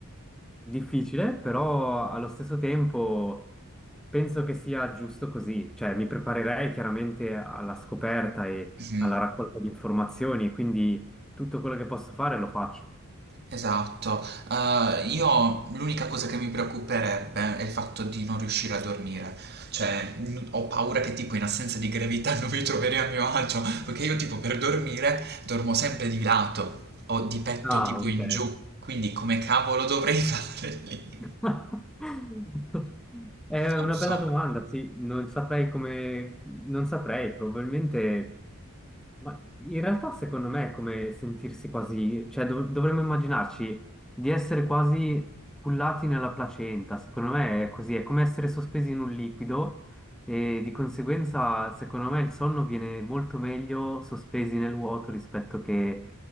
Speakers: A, in the centre; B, on the right.
A: difficile, però allo stesso tempo penso che sia giusto così. Cioè, mi preparerei chiaramente alla scoperta e
B: Mhm,
A: alla raccolta di informazioni, quindi tutto quello che posso fare lo faccio.
B: Esatto. Eh, io l'unica cosa che mi preoccuperebbe è il fatto di non riuscire a dormire. Cioè, n- ho paura che tipo in assenza di gravità non mi troverei a mio agio, perché io tipo per dormire dormo sempre di lato o di petto
A: Ah,
B: tipo
A: ok.
B: in giù, quindi come cavolo dovrei <laughs> fare lì?
A: <laughs> È
B: Non
A: una
B: so.
A: bella domanda, sì, non saprei come, non saprei, probabilmente, ma in realtà secondo me è come sentirsi quasi, cioè dov- dovremmo immaginarci di essere quasi cullati nella placenta, secondo me è così, è come essere sospesi in un liquido e di conseguenza secondo me il sonno viene molto meglio sospesi nel vuoto rispetto che